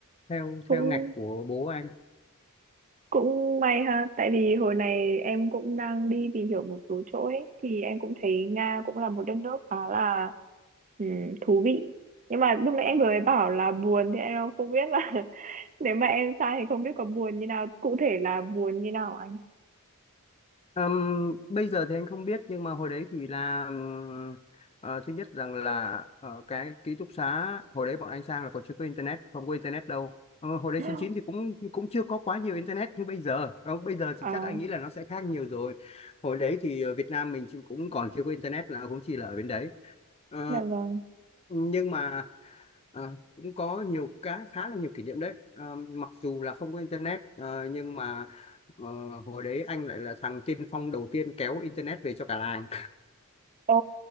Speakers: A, on the left; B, on the right.
A: theo
B: cũng
A: theo ngạch của bố anh
B: Cũng may ha, tại vì hồi này em cũng đang đi tìm hiểu một số chỗ ấy, thì em cũng thấy Nga cũng là một đất nước khá là ừm, thú vị. Nhưng mà lúc nãy anh vừa mới bảo là buồn thì em không biết là <laughs> nếu mà em sang thì không biết có buồn như nào, cụ thể là buồn như nào anh.
A: Ừm, bây giờ thì anh không biết nhưng mà hồi đấy thì là ừm, ờ, thứ nhất rằng là ờ, cái ký túc xá hồi đấy bọn anh sang là còn chưa có internet không có internet đâu Ờ, hồi đấy
B: <gasps>
A: chín chín thì cũng cũng chưa có quá nhiều internet như bây giờ Ờ, bây giờ thì
B: À,
A: chắc anh nghĩ là nó sẽ khác nhiều rồi hồi đấy thì ờ, Việt Nam mình chỉ- cũng còn chưa có internet là cũng chỉ là ở bên đấy Ờ,
B: dạ vâng.
A: nhưng mà ờ, cũng có nhiều cá khá là nhiều kỷ niệm đấy Ờ, mặc dù là không có internet ờ, nhưng mà ờ, hồi đấy anh lại là thằng tiên phong đầu tiên kéo internet về cho cả làng
B: Ồ,